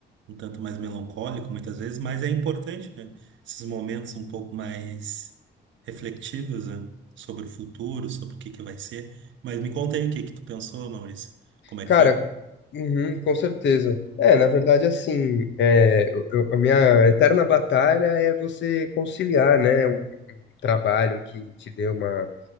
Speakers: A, on the right (about 70°); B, on the left (about 65°).
A: um tanto mais melancólico muitas vezes, mas é importante, né? Esses momentos um pouco mais reflexivos, né? Sobre o futuro, sobre o que que vai ser. Mas me conta aí o que que tu pensou, Maurício. Como é
B: Cara,
A: que foi?
B: uhum, com certeza. É, na verdade, assim, é, eu- eu- a minha eterna batalha é você conciliar, né, um, um trabalho que te dê uma